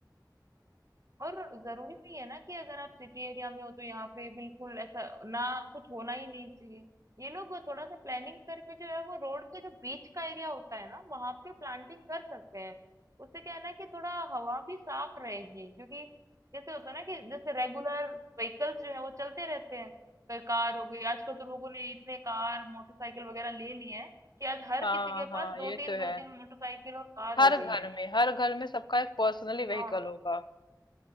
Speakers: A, on the right (about 45°); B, on the left (about 90°).
A: और ज़रूरी नहीं है ना कि अगर आप सिटी एरिया में हो तो यहाँ पे बिल्कुल ऐसा ना कुछ होना ही नहीं चाहिए। ये लोग वो थोड़ा सा प्लानिंग करके जो है वो रोड के जो बीच का एरिया होता है ना, वहाँ पे प्लांटिंग कर सकते हैं। उससे क्या है ना कि थोड़ा हवा भी साफ रहेगी क्योंकि जैसे होता है ना कि जैसे रेगुलर व्हीकल्स जो है वो चलते रहते हैं। कोई कार हो गई, आजकल तो लोगों ने इतने कार, मोटरसाइकिल वगैरह ले लिए हैं कि आज हर
B: हाँ
A: किसी के
B: हाँ
A: पास 2-3
B: ये तो
A: 2-3
B: है
A: मोटरसाइकिल और कार
B: हर
A: हो
B: घर
A: गई है।
B: में हर घर में सबका एक पर्सनली
A: हाँ।
B: व्हीकल होगा